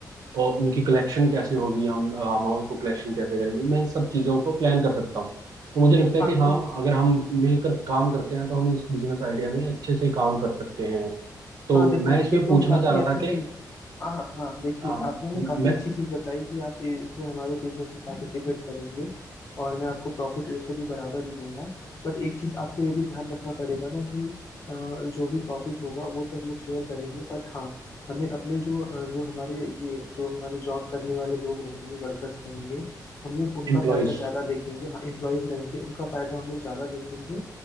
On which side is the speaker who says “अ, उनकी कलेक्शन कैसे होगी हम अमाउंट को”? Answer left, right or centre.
Right